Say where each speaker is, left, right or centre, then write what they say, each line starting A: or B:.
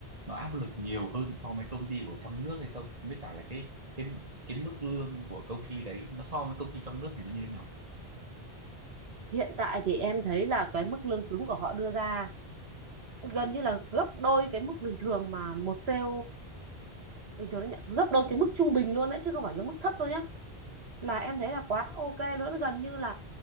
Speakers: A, on the right (about 35°); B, on the right (about 70°).
A: nó áp lực nhiều hơn so với công ty của trong nước hay không với cả là cái cái cái mức lương của công ty đấy nó so với công ty trong nước thì nó như thế nào
B: hiện tại thì em thấy là cái mức lương cứng của họ đưa ra gần như là gấp đôi cái mức bình thường mà một sale bình thường nó nhận gấp đôi cái mức trung bình luôn đấy chứ không phải là mức thấp đâu nhá là em thấy là quá ok luôn gần như là